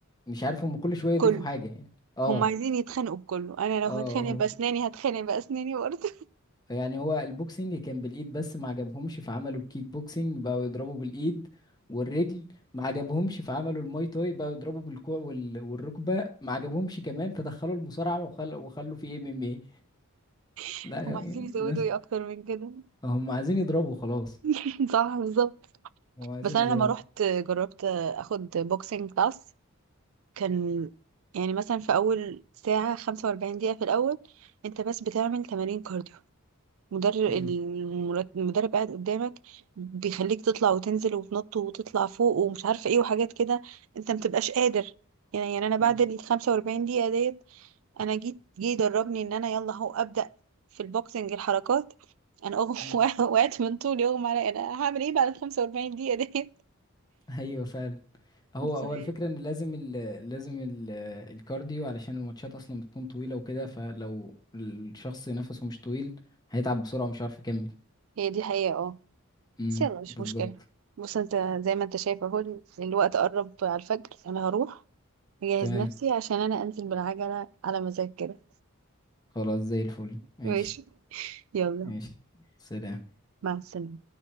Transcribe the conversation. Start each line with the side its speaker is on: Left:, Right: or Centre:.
Left: مش عارف هم كل شويه يضيفوا
Right: كله
Left: حاجه يعني اه
Right: هم عايزين يتخانقوا بكله انا لو
Left: اه
Right: هتخانق
Left: هو
Right: باسناني هتخانق باسناني برضه
Left: يعني هو البوكسينج كان بالايد بس ما عجبهمش فعملوا الكيك بوكسينج بقوا يضربوا بالايد والرجل ما عجبهمش فعملوا الماي تاي بقوا يضربوا بالكوع وال... والركبه ما عجبهمش كمان فدخلوا المصارعه وخل... وخلوا في إيه ام ام إيه.
Right: <laughs>
Left: لا يعني
Right: هم عايزين يزودوا
Left: الناس
Right: ايه اكتر من كده
Left: هم عايزين يضربوا خلاص
Right: <laughs> صح بالظبط
Left: هو عايزين
Right: بس انا
Left: يضربوا
Right: لما رحت جربت اخد بوكسينج كلاس كان يعني مثلا في اول ساعة 45 دقيقة في الاول انت بس بتعمل تمارين كارديو مدرب
Left: امم
Right: المرت- المدرب قاعد قدامك بيخليك تطلع وتنزل وتنط وتطلع فوق ومش عارفة ايه وحاجات كده انت متبقاش قادر يعني يعني انا بعد
Left: امم
Right: ال 45 دقيقة ديت انا جيت جه يدربني ان انا يلا اهو ابدأ في البوكسنج الحركات انا اغم
Left: امم
Right: <laughs> وقعت من طولي اغمى عليا انا هعمل ايه بعد ال 45 دقيقة
Left: <laughs> ايوه فعلا هو
Right: ديت
Left: هو الفكره ان لازم ال لازم ال الكارديو علشان الماتشات اصلا بتكون طويله وكده فلو الشخص نفسه مش طويل هيتعب بسرعه ومش عارف يكمل
Right: هي دي حقيقة اه
Left: امم
Right: بس يلا مش
Left: بالظبط
Right: مشكلة بص انت زي ما انت شايف اهو ال- الوقت قرب على الفجر انا هروح اجهز
Left: تمام
Right: نفسي عشان انا انزل بالعجلة على مزاج كده
Left: خلاص زي الفل ماشي
Right: ماشي يلا
Left: ماشي سلام
Right: مع السلامة